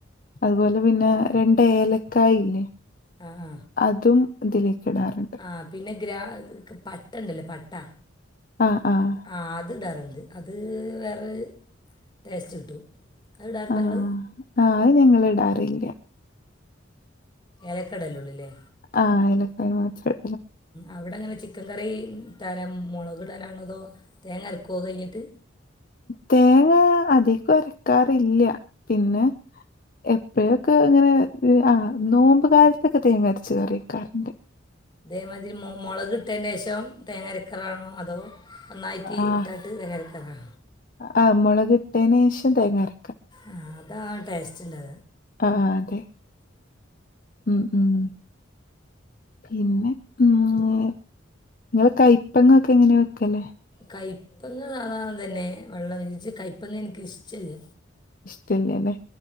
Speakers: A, on the left (about 45°); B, on the left (about 20°).
A: അതുപോലെ പിന്നെ രണ്ട് ഏലക്കായില്ലേ
B: ആ ആ
A: അതും ഇതിലേക്ക് ഇടാറുണ്ട്
B: ആ പിന്നെ ഗ്രാ പട്ടണ്ടല്ലേ പട്ടാ
A: ആഹ് ആഹ്
B: ആ അത്ടാറ്ണ്ട് അത് വേറൊരു ടേസ്റ്റ് കിട്ടും അത്ടാറ് ണ്ടോങ്ങൾ
A: ആഹ് ആഹ് അത് ഞങ്ങൾ ഇടാറില്ല
B: ഏലക്ക ഇടലുള്ളൂ അല്ലേ
A: ആ ഏലക്കായി മാത്രം
B: അവടെങ്ങനെ ചിക്കൻ കറി തരം മൊളക് ടലാണതോ തേങ്ങ അരക്കോ അത് കഴിഞ്ഞിട്ട്
A: തേങ്ങ അധികം അരക്കാറില്ല പിന്നെ എപ്പൊ പ്പഴൊക്കെ അങ്ങനെ ആ നോമ്പ്കാലത്തൊക്കെ തേങ്ങരച്ച് കറിക്കാറുണ്ട്
B: അതേമാതിരി മൊളക് ട്ടേന്റെഷം തേങ്ങരക്കലാണോ അതോ ഒന്നായിറ്റ്
A: ആ
B: ഇട്ടാണ്ട് തേങ്ങ അരക്കലാണോ
A: ആ മൊളക് ഇട്ടേനേഷം തേങ്ങര
B: ആ അതാണ് ടേസ്റ്റ്ണ്ടാവാ
A: ആ അതെ ഉ ഉം പിന്നെ ഉ നി ഇങ്ങള് കയ്പങ്ങക്കെ എങ്ങനെ വെക്കല്
B: കയ്പങ്ങസാധാ തന്നെ വെള്ളം ഇരിച്ച് കയ്പങ് എനക്ക്ഷ്ടല്ല
A: പിന്നെമ